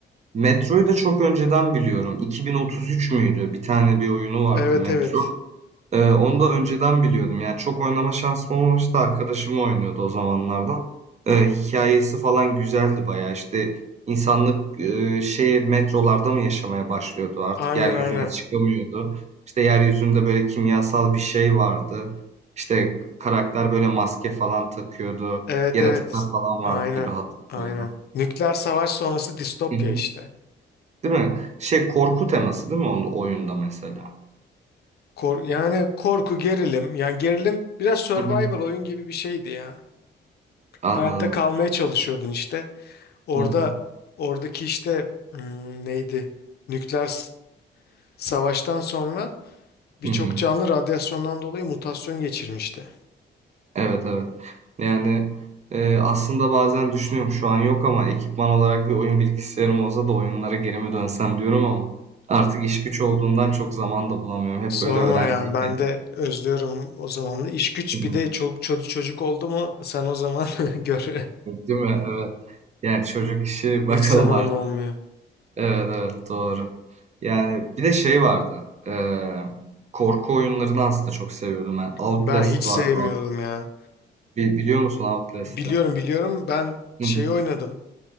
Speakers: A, on the right (about 40°); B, on the left (about 60°).
A: Metro'yu da çok önceden biliyorum. 2033 müydü? Bir tane bir oyunu vardı
B: Evet
A: Metro.
B: evet
A: Ee, onu da önceden biliyordum. Yani çok oynama şansım olmamıştı. Arkadaşım oynuyordu o zamanlardan. Ee, hikayesi falan güzeldi bayağı. İşte insanlık e, şeye metrolarda mı yaşamaya başlıyordu? Artık
B: aynen
A: yeryüzüne
B: aynen
A: çıkamıyordu. İşte yeryüzünde böyle kimyasal bir şey vardı. İşte karakter böyle maske falan takıyordu.
B: evet
A: Yaratıklar
B: evet
A: falan
B: aynen
A: vardı gibi hatırlıyorum.
B: aynen. Nükleer savaş sonrası distopya
A: Hı hı.
B: işte.
A: Değil mi? Şey korku teması değil mi onun oyunda mesela?
B: Kor, yani korku gerilim yani gerilim biraz Survivor
A: Hı hı.
B: oyun gibi bir şeydi ya.
A: Anladım.
B: Hayatta kalmaya çalışıyordun işte. Orada
A: Hı hı.
B: oradaki işte hmm, neydi? Nükleer s- savaştan sonra birçok
A: Hı hı.
B: canlı radyasyondan dolayı mutasyon geçirmişti.
A: Evet evet. Yani e, aslında bazen düşünüyorum şu an yok ama ekipman olarak bir oyun bilgisayarım olsa da oyunlara geri mi dönsem diyorum ama artık iş güç olduğundan çok zaman da bulamıyorum. Hep
B: Sorma
A: böyle öğrenciyken.
B: ya ben de özlüyorum o zamanı. İş
A: <laughs>
B: güç
A: Hı
B: bir de çoluk çocuk çocuk oldu mu sen o zaman <laughs> gör
A: Değil mi? Evet. Yani çocuk işi <laughs> bakalım
B: hiç zamanın
A: artık.
B: olmuyor.
A: Evet evet doğru. Yani bir de şey vardı. E, korku oyunlarını aslında çok seviyordum ben. Outlast
B: Ben hiç sevmiyorum
A: vardı.
B: ya.
A: Bi- biliyor musun Outlast'ı?
B: Biliyorum biliyorum ben şey
A: Hı hı.
B: oynadım.